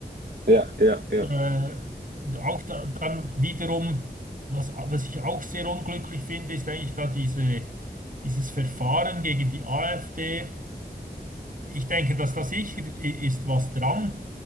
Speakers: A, on the right (about 70°); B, on the right (about 50°).
A: ja, ja, ja.
B: Äh, auch da, dann wiederum, was, was ich auch sehr unglücklich finde, ist eigentlich da diese, dieses Verfahren gegen die AfD. Ich denke, dass da sicher i- ist was dran